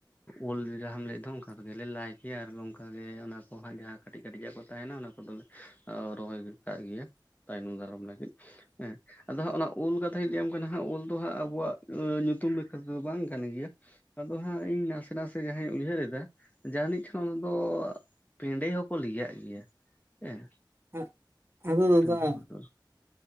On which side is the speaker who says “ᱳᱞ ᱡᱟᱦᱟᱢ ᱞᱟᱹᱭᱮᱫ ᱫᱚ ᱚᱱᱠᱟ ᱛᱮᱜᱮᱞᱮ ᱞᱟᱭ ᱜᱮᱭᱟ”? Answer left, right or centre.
Left